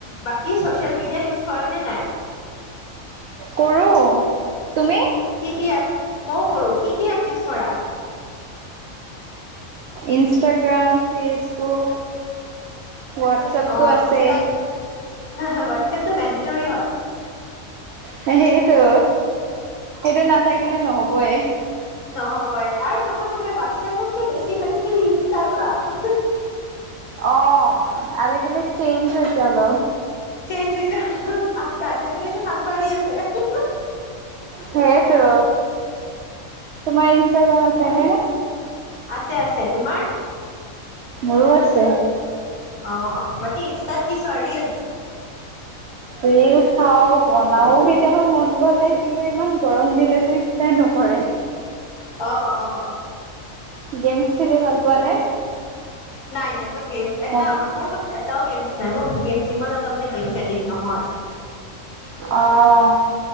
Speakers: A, on the left (about 80°); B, on the right (about 60°).
A: বাকী ছচিয়েল মিডিয়া ইউজ কৰা নে নাই।
B: কৰো। তুমি?
A: কি কি এপ মইয়ো কৰো। কি কি এপ ইউজ কৰা?
B: Instagram, Facebook. হোৱাটছেপটো
A: অ
B: আছে।
A: ইনষ্টাত হোৱাটছএপটো মেণ্ডেটৰী হয়
B: সেইটো। সেইটো নাথাকিলে নহবই।
A: নহবই আৰু নহয় নহয় হোৱাটছএপতকে বেছি মানে ইনষ্টাগ্ৰাম।
B: অ আজিকালি চেইঞ্জ হৈছে অলপ।
A: চেঞ্জ হৈছে জেনেৰেশ্যন আগবাঢ়ি আছে।
B: সেইটো। তোমাৰ ইনষ্টাগ্ৰাম আছেনে?
A: আছে আছে তোমাৰ
B: মোৰো আছে। <inaudible>
A: অ বাকী ইনষ্টাত কি চোৱা ৰিলচ
B: ৰিল চাও বনাও কেতিয়াবা মন গ'ল দেই কিন্তু ইমান ইমান গৰম দিলেটো ইচ্ছাই নকৰে।
A: অ, অ।
B: গেমছ খেলি ভাল পোৱা নে?
A: নাই নাই মই গেমচ এটা
B: অ'
A: আমাৰ মোৰখনত এটাও গেমছ নাই মোৰ গেমছ ইমান এটা মানে গেমছ এডিক্ট নহয়।
B: আহ।